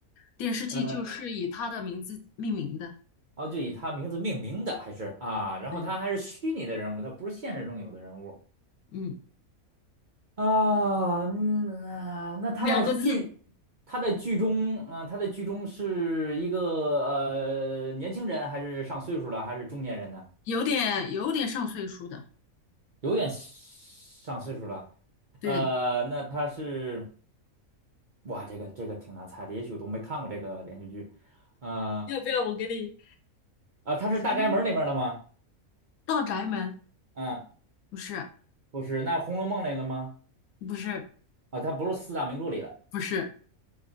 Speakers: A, on the left; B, on the right.
A: 电视剧，
B: 嗯，
A: 就是以他的名字命名的。
B: 哦，就以他名字命名的还是啊？然后他还是虚拟的人物，
A: 对，
B: 他不是现实中有的人物。
A: 嗯，
B: 啊，那那他在剧，
A: 两个字，
B: 他在剧中啊，他在剧中是一个呃年轻人，还是上岁数了，还是中年人呢？
A: 有点有点上岁数的。
B: 有点上岁数了。
A: 对，
B: 呃，那他是哇，这个这个挺难猜的，也许我都没看过这个连续剧。呃
A: 要不要我给你？
B: 啊，他是《大宅门》里面的吗？
A: 嗯，大宅门
B: 嗯，
A: 不是，
B: 不是，那《红楼梦》里的吗？
A: 不是，
B: 啊，他不是四大名著里的。
A: 不是，